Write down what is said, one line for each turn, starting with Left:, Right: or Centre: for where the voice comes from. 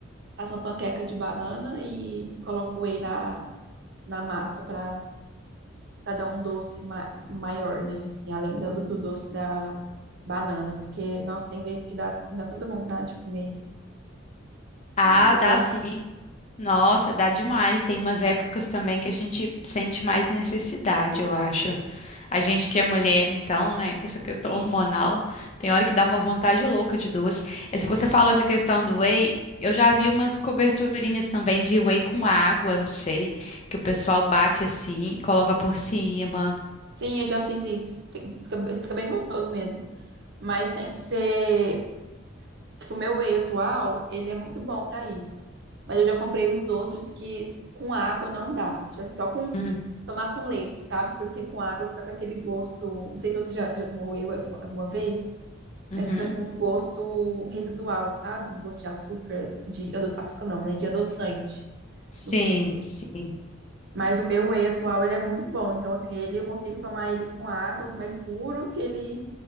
Right: faço uma panqueca de banana e coloco whey na, na massa para para dar um doce ma maior, né? Assim, além do, do doce da banana, porque, nossa, tem vezes que dá, dá tanta vontade de comer
Left: Ah,
Right: um doce.
Left: dá sim. Nossa, dá demais. Tem umas épocas também que a gente sente mais necessidade, eu acho. A gente que é mulher, então, né, com essa questão
Right: Sim,
Left: hormonal, tem hora que dá uma vontade louca de doce. E se você falou essa questão do whey, eu já vi umas coberturinhas também de whey com água, não sei, que o pessoal bate assim e coloca por cima.
Right: sim, eu já fiz isso. Fica, fica bem gostoso mesmo. Mas tem que ser. Tipo, o meu whey atual, ele é muito bom pra isso. Mas eu já comprei uns outros que com água não dá. Tipo assim, só com
Left: Hum,
Right: tomar com leite, sabe? Porque com água fica com aquele gosto. Não sei se você já, já tomou whey alguma vez,
Left: Uhum.
Right: mas fica com um gosto residual, sabe? Um Gosto de açúcar, de ado- açúcar não, né? De adoçante,
Left: Sim,
Right: no fundo.
Left: sim.
Right: Mas o meu whey atual, ele é muito bom. Então, assim, ele eu consigo tomar ele com água, tomar ele puro, que ele